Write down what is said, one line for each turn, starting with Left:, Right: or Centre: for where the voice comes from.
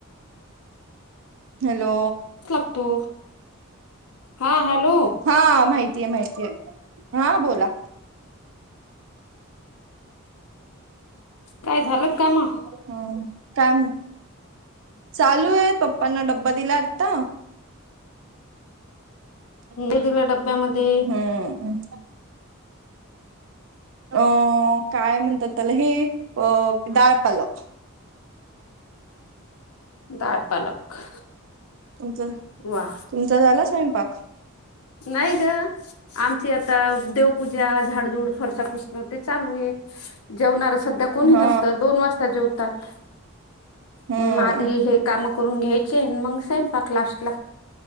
Right: हॅलो?
Left: लागतो हां हॅलो?
Right: हा माहितीय माहितीय हां बोला
Left: काय झालं का मग
Right: हं काय म्ह चालू आहे पप्पांना डब्बा दिला आता ह
Left: उंडे दिलो डब्यामध्ये.
Right: हम्म. अह काय म्हणतात त्याला हे अ डाळपालक
Left: डाळ पालक
Right: तुमच
Left: वा
Right: तुमचा झाला स्वयंपाक?
Left: नाही ग, आमची आता देवपूजा, झाडझुड, फरश्या पुसणं ते चालू आहे जेवणार सध्या कोणी
Right: हा
Left: नसत. दोन वाजता जेवतात
Right: हम्म
Left: मग आधी हे काम करून घ्यायचे अन मग स्वंयपाक लास्ट ला